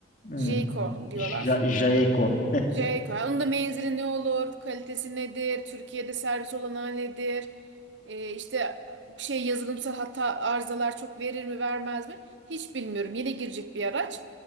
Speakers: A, on the left; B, on the right.
A: Hmm.
B: Jiko diyorlar.
A: Ja- Jaeco.
B: Şey koyar. Onun da menzili ne olur, kalitesi nedir, Türkiye'de servis olanağı nedir, e, işte şey yazılımsal hata arızalar çok verir mi vermez mi? Hiç bilmiyorum. Yeni girecek bir araç.